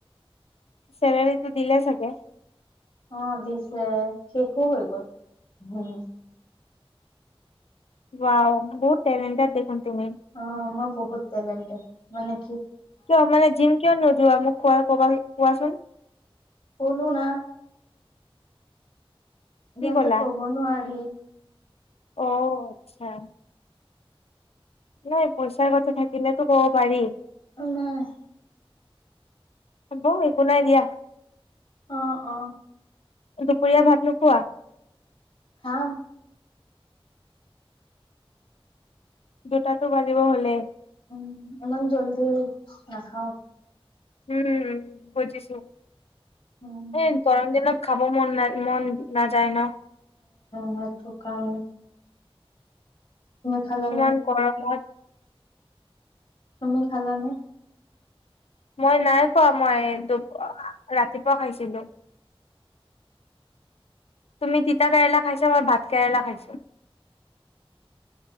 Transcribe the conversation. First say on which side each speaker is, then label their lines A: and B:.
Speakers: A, on the left; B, on the left.
A: ছেনদেল চিগিলে ছাকে।
B: অ দিছে শেষো হৈ গ'ল ভুং।
A: বোৱাও বহুত ণ্টেলেনটেট দেখুন তুমি।
B: অ মই বহুত লেণ্টেড মানে কি?
A: কিয় মানে জিম কিয় নোযোৱা মোক খোৱা কবা কোৱাচোন।
B: শ'নো না। এতিয়াতো
A: কি ক'লা
B: ক'ব নোৱাৰি-
A: অ আচ্ছা- নাই পইচাৰ কথা থাকিলেতো কব পাৰি-
B: অম-
A: হব একো নাই দিয়া-
B: অ অ-
A: দুপৰীয়া ভাত নোখোৱা-
B: খাম -
A: দুটাতো বাজিব হ'লে-
B: উম ইমান জল্দি নাখাও-
A: উম বুজিছো
B: উম
A: এ- গৰম দিনত খাব মন ন মন নাযায় ন।
B: যিটো খাওঁ। খালানে
A: ইমান গৰমত।
B: তুমি খালানে?
A: মই নাই খোৱা মই দু ৰাতিপুৱা খাইছিলো। তুমি তিতা কেৰেলা খাইছা মই ভাত কেৰেলা খাইছোঁ।